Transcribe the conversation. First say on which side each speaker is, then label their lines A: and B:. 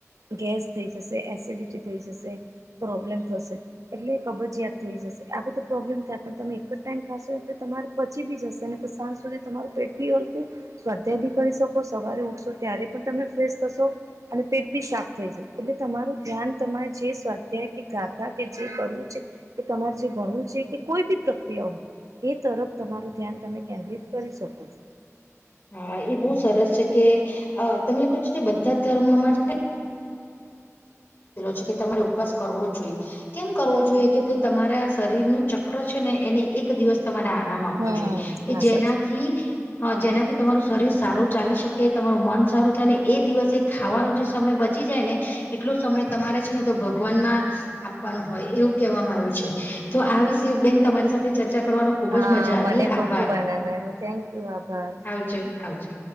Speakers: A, on the right; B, on the left.
A: ગેસ થઈ જશે એસિડિટી થઈ જશે પ્રોબ્લેમ થશે એટલે કબજયાત થઈ જશે આ બધો પ્રોબ્લેમ થાય પણ તમે એક જ ટાઈમ ખાશો એટલે તમારે પચી બી જશે ને સાંજ સુધી તમારું પેટ બી હલકું સ્વાધ્યાય બી કરી શકો સવારે ઉઠશો ત્યારે પણ તમે ફ્રેશ થશો અને પેટ બી સાફ થઈ જશે એટલે તમારું ધ્યાન તમારે જે સ્વાધ્યાય કે ગાથા કે જે કરવું છે કે તમારે જે ભણવું છે કે કોઈ બી પ્રક્રિયાઓ એ તરફ તમારું ધ્યાન તમે કેન્દ્રિત કરી શકો છો
B: હા એ બહુ સરસ છે કે તમે ક છો બધા જ ધર્મમાં છે છે કે તમારે ઉપવાસ કરવો જોઈએ કેમ કરવો જોઈએ કે ભાઈ તમારે આ શરીર નું ચક્ર છે ને એની એક દિવસ તમારે આરામ આપવો
A: હમ
B: જોઈએ કે
A: હા
B: જેનાથી
A: સર
B: હા જેનાથી તમારું શરીર સારું ચાલી શકે તમારું મન સારું થાય ને એ દિવસે ખાવાનું જે સમય બચી જાય ને એટલો સમય તમારે છે ને તો ભગવાનમાં આપવાનું હોય એવું કહેવામાં આવ્યું છે તો આ વિશે બેન તમારી સાથે ચર્ચા કરવાનો ખુબજ
A: હા
B: મજા આવી
A: મને
B: આભાર
A: પણ ખુબ આનંદ આવ્યો થેન્ક યુ આભાર
B: આવજો આવજો